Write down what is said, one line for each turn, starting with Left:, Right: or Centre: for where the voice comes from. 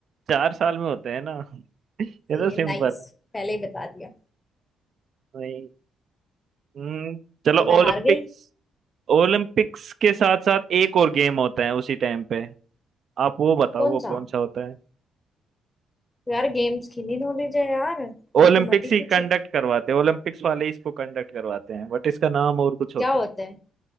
Right: चार साल में होते हैं ना <laughs> ये
Left: ये
Right: तो सिंपल
Left: नाइस पहले ही बता दिया
Right: वही हम्म, चलो
Left: ये तो मैं
Right: ओलंपिक्स
Left: हार गई
Right: ओलंपिक्स के साथ साथ एक और गेम होता है उसी टाइम पे आप वो बताओ
Left: कौन
Right: वो
Left: सा
Right: कौन सा होता है
Left: यार गेम्स की नहीं नॉलेज है यार ये
Right: ओलंपिक्स
Left: तो मत ही
Right: ही
Left: पूछो
Right: कंडक्ट करवाते हैं ओलंपिक्स वाले इसको कंडक्ट करवाते हैं बट इसका नाम और कुछ होता
Left: क्या होता
Right: है
Left: है